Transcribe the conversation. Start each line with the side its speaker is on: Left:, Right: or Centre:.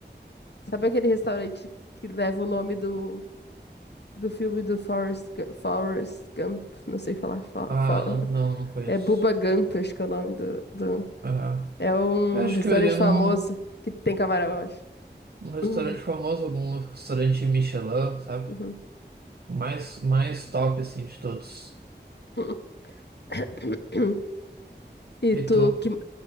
Left: Sabe aquele restaurante que leva o nome do do filme do Forrest, Gu- Forrest Gump, não sei falar, fa-
Right: Ah,
Left: for-
Right: não, não, não conheço.
Left: é Bubba Gump, acho que é o nome do, do...
Right: Ah,
Left: É um
Right: acho
Left: restaurante
Right: que eu iria
Left: famoso
Right: num,
Left: que tem camarão, acho.
Right: num restaurante
Left: Uhum,
Right: famoso, algum restaurante Michelin, sabe?
Left: uhum.
Right: O mais, mais top, assim, de todos.
Left: <coughs> <clears throat> E tu,
Right: E tu?
Left: que...